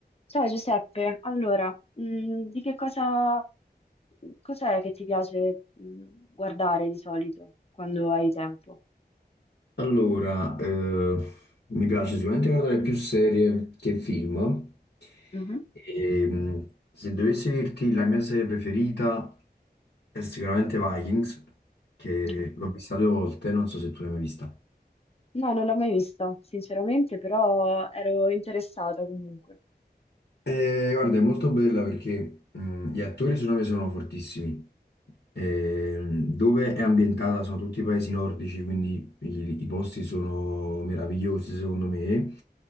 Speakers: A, on the left; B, on the left.
A: Ciao Giuseppe, allora, mm, di che cosa, cos'è che ti piace, mm, guardare di solito quando hai tempo?
B: Allora, eh, mi piace sicuramente guardare più serie che film.
A: Mhm.
B: E, mh, se dovessi dirti la mia serie preferita è sicuramente Vikings, che
A: Mhm.
B: l'ho vista due volte, non so se tu l'hai mai vista.
A: No, non l'ho mai vista, sinceramente, però ero interessata comunque.
B: Eh, guarda, è molto bella perché mh, gli attori secondo me sono fortissimi. Ehm,
A: Mhm.
B: dove è ambientata sono tutti i paesi nordici, quindi i, i posti sono meravigliosi secondo me.